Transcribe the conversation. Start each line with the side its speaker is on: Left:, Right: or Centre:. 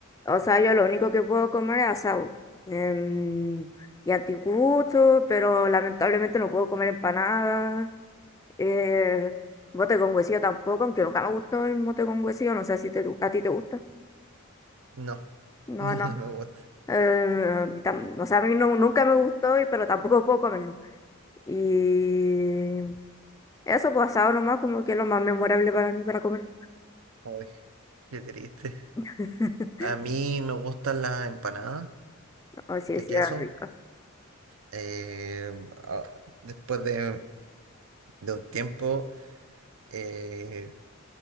Left: O sea, yo lo único que puedo comer es asado. em, y anticucho, pero lamentablemente no puedo comer empanadas. Eh, mote con huesillo tampoco, aunque nunca me gustó el mote con huesillo, no sé si te, a ti te gusta.
Right: No,
Left: No,
Right: no,
Left: no.
Right: <laughs> no me gusta.
Left: Eh, tam- o sea, a mí no- nunca me gustó, y- pero tampoco <laughs> puedo comerlo. Y eso pasado nomás como que es lo más memorable para mí para comer.
Right: Ay, qué triste.
Left: <laughs>
Right: A mí me gustan las empanadas
Left: O si
Right: de
Left: sí,
Right: queso.
Left: eran ricas.
Right: eh, ah, después de de un tiempo... eh,